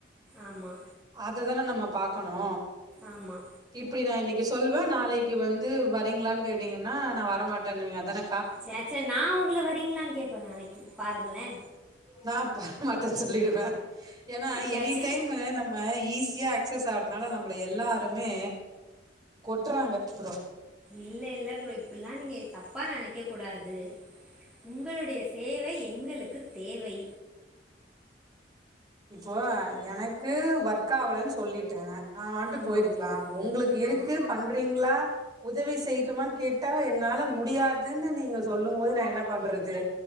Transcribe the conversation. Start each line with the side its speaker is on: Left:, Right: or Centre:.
Centre: ஆமா
Right: அததான நம்ம பாக்கணு
Centre: ஆமா
Right: இப்டி நா இன்னிக் கி சொல்லுவே நா ளைக்கி வந்து வ களானு கேட்டீங்கன்னா நா வரமாட்டேனுவீங்க அதான
Centre: சேச்ச நா உங்கள வரீங்களான்னு கேட்பே நாளைக்கி பாருங்களே
Right: நா வரமாட்டேனு சொல்லிடுவே ஏன்னா
Centre: சே
Right: எனி
Centre: சே
Right: டைம்மு நம்ம ஈஸியா அக்சஸ் ஆவறதுனால நம்ம நம்மள எல்லாருமே கொட்றாங்க ப்ரோ
Centre: இல்ல இல்ல ப்ரோ இப்டில்லா நீங்க தப்பா நெனைக்க கூடாது உங்களுடைய சேவை எங்களுக்கு தேவை
Right: இப்போ எனக்கு ஒர்க்காவலன்னு சொல்லிட்ட நா வன்ட்டு
Centre: ஆமா
Right: போயிருக்கலா
Centre: ப்ரோ
Right: உங்ளுக்கு இருக்கு
Centre: ஆமா
Right: பண்றீங்ளா உதவி செய்ட்டுமான்னு கேட்டா என்னால முடியாதுன்னு நீங்க சொல்லும்போது நா என்ன பண்றது